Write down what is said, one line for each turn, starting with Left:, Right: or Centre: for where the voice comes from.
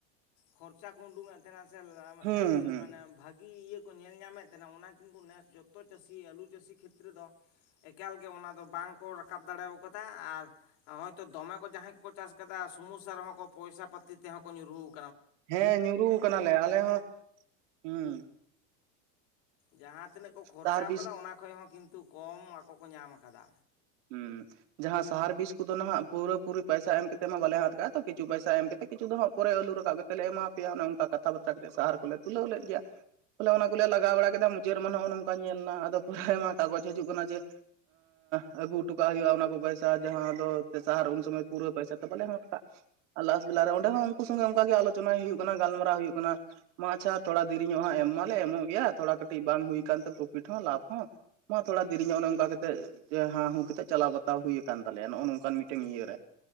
Left: ᱠᱷᱚᱨᱪᱟ ᱠᱚ ᱩᱰᱩᱝᱮᱫ ᱛᱟᱦᱮᱱᱟ ᱥᱮ ᱢᱤᱫᱴᱮᱱ
Right: ᱦᱩᱸ ᱦᱩᱸ
Left: ᱢᱟᱱᱮ ᱵᱷᱟᱹᱜᱤ ᱤᱭᱟᱹ ᱠᱚ ᱧᱮᱞ ᱧᱟᱢᱮᱫ ᱛᱟᱦᱮᱱᱟ ᱚᱱᱟ ᱠᱤᱱᱛᱩ ᱱᱮᱥ ᱡᱚᱛᱚ ᱪᱟᱹᱥᱤ ᱟᱹᱞᱩ ᱪᱟᱹᱥᱤ ᱠᱷᱮᱛᱨᱮ ᱫᱚ ᱮᱠᱟᱞ ᱜᱮ ᱚᱱᱟ ᱫᱚ ᱵᱟᱝ ᱠᱚ ᱨᱟᱠᱟᱵ ᱫᱟᱲᱮᱣ ᱠᱟᱫᱟ ᱟᱨ ᱦᱚᱭᱛᱚ ᱫᱚᱢᱮ ᱠᱚ ᱡᱟᱦᱟᱸᱭ ᱠᱚᱠᱚ ᱪᱟᱥ ᱟᱠᱟᱫᱟ ᱥᱚᱢᱚᱥᱥᱟ ᱨᱮᱦᱚᱸ ᱠᱚ ᱯᱚᱭᱥᱟ ᱯᱟ ᱯᱟᱹᱛᱤ ᱛᱮᱦᱚᱸ ᱠᱚ ᱧᱩᱨᱩᱦᱩ
Right: ᱦᱮᱸ ᱧᱩᱨᱩᱣ ᱠᱟᱱᱟᱞᱮ ᱟᱞᱮ ᱦᱚᱸ ᱦᱮᱸ ᱦᱩᱸ
Left: ᱡᱟᱦᱟᱸ ᱛᱤᱱᱟᱹᱜ ᱠᱚ ᱠᱷᱚᱨᱪᱟᱣ
Right: ᱥᱟᱦᱟᱨ ᱵᱤᱥ
Left: ᱠᱟᱫᱟ ᱚᱱᱟ ᱠᱷᱚᱡ ᱦᱚᱸ ᱠᱤᱱᱛᱩ ᱠᱚᱢ ᱟᱠᱚ ᱠᱚ ᱧᱟᱢ ᱟᱠᱟᱫᱟ
Right: ᱦᱩᱸᱢ ᱡᱟᱦᱟᱸ ᱥᱟᱦᱟᱨ ᱵᱤᱥ ᱠᱚᱫᱚ ᱱᱟᱦᱟᱜ ᱯᱩᱨᱟᱹ ᱯᱩᱨᱤ ᱯᱟᱭᱥᱟ ᱮᱢ ᱠᱟᱛᱮᱜ ᱢᱟ᱾ ᱵᱟᱞᱮ ᱦᱟᱛ ᱠᱟᱜᱼᱟ ᱛᱚ ᱠᱤᱪᱷᱩ ᱯᱟᱭᱥᱟ ᱮᱢ ᱠᱟᱛᱮᱜ ᱠᱤᱪᱷᱩ ᱫᱚ ᱦᱟᱸᱜ ᱯᱚᱨᱮ ᱟᱞᱩ ᱨᱟᱠᱟᱵ ᱠᱟᱛᱮ ᱞᱮ ᱮᱢᱟ ᱯᱮᱭᱟ ᱚᱱᱮ ᱚᱱᱠᱟ ᱠᱟᱛᱷᱟ ᱵᱟᱛᱛᱟ ᱠᱟᱛᱮᱮᱫ ᱥᱟᱦᱟᱨ ᱠᱚᱞᱮ ᱛᱩᱞᱟᱹᱣ ᱞᱮᱫ ᱜᱮᱭᱟ᱾ ᱵᱚᱞᱮ ᱚᱱᱟᱠᱞᱮ ᱞᱟᱜᱟᱣ ᱵᱟᱲᱟ ᱠᱮᱫᱟ᱾ ᱡᱮᱫ ᱢᱟ ᱱᱚᱜᱼᱚ ᱱᱚᱝᱠᱟ ᱧᱮᱞᱱᱟ ᱟᱫᱚ ᱯᱚᱨᱮᱢᱟ ᱠᱟᱜᱚᱡᱽ ᱦᱤᱡᱩᱜ ᱠᱟᱱᱟ ᱡᱮ ᱟᱻ ᱟᱹᱜᱩ ᱦᱚᱴᱚ ᱠᱟᱜ ᱦᱩᱭᱩᱜᱼᱟ ᱚᱱᱟ ᱠᱚ ᱯᱚᱭᱥᱟ ᱡᱟᱦᱟᱸ ᱫᱚ ᱯᱮ ᱥᱟᱦᱟᱨ ᱩᱱ ᱥᱚᱢᱚᱭ ᱯᱩᱨᱟᱹ ᱯᱚᱭᱥᱟ ᱛᱮ ᱵᱟᱞᱮ ᱦᱟᱴ ᱠᱟᱜ ᱟᱨ ᱞᱟᱥ ᱟᱨ ᱚᱸᱰᱮ ᱦᱚᱸ ᱩᱱᱠᱩ ᱥᱚᱸᱜᱮ ᱚᱱᱠᱟ ᱜᱮ ᱟᱞᱳᱚᱱᱟ ᱦᱩᱭᱩᱜ ᱠᱟᱱᱟ᱾ ᱜᱟᱞᱢᱟᱨᱟᱣ ᱦᱩᱭᱩᱜ ᱠᱟᱱᱟ ᱢᱟ ᱟᱪᱪᱷᱟ ᱛᱷᱚᱲᱟ ᱫᱮᱨᱤ ᱧᱚᱜ ᱦᱟᱜ ᱮᱢ ᱢᱟᱞᱮ ᱮᱢ ᱮᱢᱚᱜ ᱜᱮᱭᱟ ᱛᱷᱚᱲᱟ ᱠᱟᱹᱴᱤᱡ ᱵᱟᱝ ᱦᱩᱭᱭᱟ ᱟᱠᱟᱱᱛᱮ ᱯᱨᱚᱯᱷᱤᱴ ᱦᱚᱸ ᱞᱟᱵᱷ ᱦᱚᱸ ᱢᱟ ᱛᱷᱚᱲᱟ ᱫᱮᱨᱤ ᱧᱚᱜ ᱚᱱᱮ ᱚᱱᱠᱟ ᱠᱟᱛᱮ ᱡᱮ ᱦᱟᱸ ᱦᱩᱸ ᱠᱟᱛᱮᱫ ᱪᱟᱞᱟᱣ ᱵᱟᱛᱟᱣ ᱦᱩᱭ ᱟᱠᱟᱱ ᱛᱟᱞᱮᱭᱟ ᱱᱚᱜᱼᱟ᱾ ᱱᱚᱝᱠᱟᱱ ᱢᱤᱫᱴᱮᱱ ᱤᱭᱟ ᱨᱮ